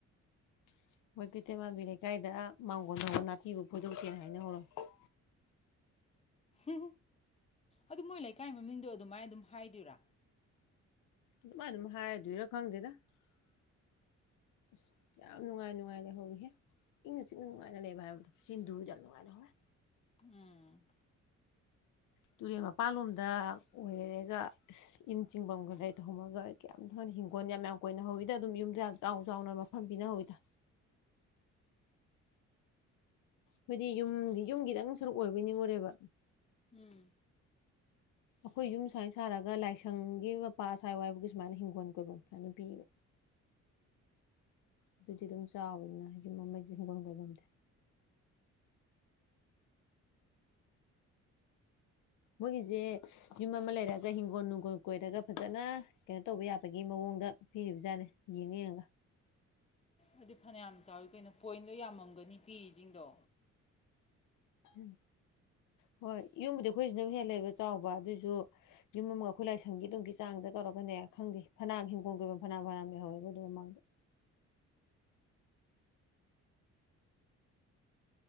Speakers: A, on the left; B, on the left.
A: ꯑꯩꯈꯣꯏ ꯀꯩꯊꯩꯃꯥꯟꯕꯤ ꯂꯩꯀꯥꯏꯗ ꯃꯥꯡꯒꯣꯟꯜ ꯍ ꯅꯥꯄꯤꯕꯨ ꯐꯣꯏꯗꯣꯛꯁꯦꯅ ꯍꯥꯏꯅ ꯍꯧꯔꯣ
B: ꯎ ꯑꯗꯨ ꯃꯣꯏ ꯂꯩ ꯏꯀꯥꯏꯒꯤ ꯃꯃꯤꯡꯗꯣ ꯑꯗꯨꯃꯥꯏꯅ ꯑꯗꯨꯝ ꯍꯥꯏꯗꯨꯔ
A: ꯑꯗꯨꯥꯏ ꯑꯗꯨꯝ ꯍꯥꯏꯔꯗꯣꯏꯔꯥ ꯈꯪꯗꯦꯗ <inaudible> ꯌꯥꯝ ꯅꯨꯡꯉꯥꯏ ꯅꯨꯡꯉꯥꯏ ꯂꯩꯍꯧꯕꯔꯤꯍꯦ ꯏꯪꯅ ꯆꯤꯛꯅ ꯅꯨꯡꯉꯥꯏꯅ ꯂꯩꯕ ꯍꯥꯏꯕꯗꯣ ꯁꯤꯤꯟꯗꯨꯗ ꯌꯥꯝ ꯅꯨꯡꯉꯥꯏꯅ ꯍꯧꯋꯦ
B: ꯎꯝ
A: ꯇꯨꯔꯦꯜ ꯃꯄꯥꯟ ꯂꯣꯝꯗ ꯑꯣꯏꯔꯦꯒ ꯏꯨꯝ ꯆꯤꯡꯐꯝꯒ ꯂꯩꯇꯧꯝꯃꯒ ꯀꯌꯥꯝ ꯊꯅ ꯍꯤꯡꯈꯣꯜ ꯌꯥꯝ ꯌꯥꯝ ꯀꯨꯏꯅ ꯍꯧꯧꯋꯤꯗ ꯑꯗꯨꯝ ꯌꯨꯝꯗ ꯌꯥꯝ ꯆꯥꯎ ꯆꯥꯎꯅ ꯃꯐꯝ ꯄꯤꯅꯍꯧꯋꯤꯗ ꯍꯥꯏꯣꯏꯗꯤ ꯌꯨꯝꯗꯤ ꯌꯨꯝꯒꯤꯗꯪ ꯁꯔꯨꯛ ꯑꯣꯏꯕꯩ ꯅꯤꯡꯉꯨꯔꯦꯕ
B: ꯎꯝ
A: ꯑꯩꯈꯣꯏ ꯌꯨꯝ ꯁꯨꯃꯥꯏꯅ ꯁꯥꯔꯒ ꯂꯥꯏꯁꯪꯒꯤ ꯃꯄꯥ ꯑꯁꯋꯥꯥꯏ ꯋꯥꯏꯕꯒꯤ ꯁꯨꯃꯥꯏꯅ ꯍꯤꯡꯒꯣꯜ ꯀꯣꯏꯕ ꯁꯨꯃꯥꯏ ꯅꯨꯄꯤꯕ ꯑꯗꯨꯗꯤ ꯑꯗꯨꯝ ꯆꯥꯎꯋꯤꯅꯤꯅ ꯌꯨꯝ ꯑꯃꯒꯤ ꯍꯤꯡꯒꯣꯜ ꯀꯣꯏꯐꯝꯗꯤ ꯃꯣꯏꯒꯤꯁꯦ ꯌꯨꯝ ꯑꯃ ꯂꯩꯔꯒ ꯍꯤꯡꯒꯣꯜ ꯅꯨꯡꯒꯣꯜ ꯀꯣꯏꯔꯒ ꯐꯖꯅ ꯀꯩꯅꯣ ꯇꯧꯕ ꯌꯥꯕꯒꯤ ꯃꯑꯣꯡꯗ ꯄꯤꯔꯤꯕꯖꯥꯠꯅꯦ ꯌꯦꯡ ꯌꯦꯡꯉꯒ
B: ꯑꯗꯨꯗꯤ ꯐꯅꯌꯥꯝ ꯆꯥꯎꯋꯤ ꯀꯩꯅꯣ ꯄꯣꯏꯟꯗꯣ ꯌꯥꯝꯃꯝꯒꯅꯤ ꯄꯤꯔꯤꯁꯤꯡꯗꯣ
A: ꯎꯝ ꯍꯣꯏ ꯌꯨꯝꯕꯨꯗꯤ ꯑꯩꯈꯣꯏꯁꯤꯅ ꯍꯦꯟ ꯂꯩꯕ ꯆꯥꯎꯕ ꯑꯗꯨꯑꯣꯏꯁꯨ ꯌꯨꯝ ꯑꯃꯒ ꯑꯩꯈꯣꯏ ꯂꯥꯏꯁꯪꯒꯤ ꯑꯗꯨꯝꯒꯤ ꯆꯥꯡꯗ ꯇꯧꯔꯛꯀꯅꯦ ꯈꯪꯗꯦ ꯐꯅꯌꯥꯝ ꯍꯤꯡꯒꯣꯜ ꯀꯣꯏꯕ ꯐꯅꯝ ꯐꯅꯥꯝ ꯂꯩꯍꯧꯋꯦꯕ ꯑꯗꯨ ꯃꯃꯥꯡꯗ